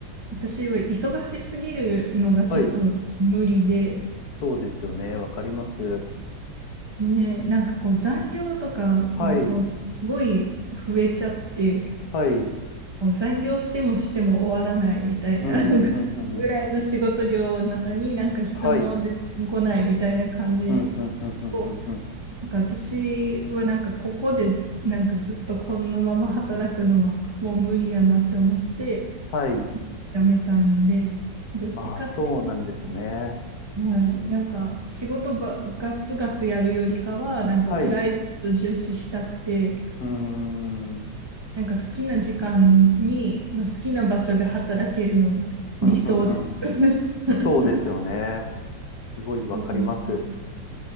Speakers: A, on the right (about 30°); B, on the left (about 60°).
A: う、私は忙しすぎるのがちょっと無理で、
B: はい、そうですよね。わかります。
A: ね、なんかこう残業とかがこう、
B: はい、
A: すごい増えちゃって、
B: はい。うん、
A: もう残業してもしても終わらないみたいな、
B: うん、
A: なんかぐらいの仕事量なのになんか人も全然来ないみたいな感じ
B: うん、うんうん。はい。うん、うん、うん、うん、
A: を、
B: うんうん。
A: なんか私はなんかここでなんかずっとこのまま働くのはもう無理やなって思って
B: はい。
A: 辞めたんで、どっちかって
B: ああ、そうなんですね。
A: いうと、はい、なんか仕事ばガツガツやるよりかは、なんかプライベート重視したくて、
B: はい。うーん。うん、
A: なんか好きな時間に、まあ、好きな場所で働けるのが理想です。
B: うん、うん。
A: <laughs>
B: そうですよね。すごいわかります。
A: そうです。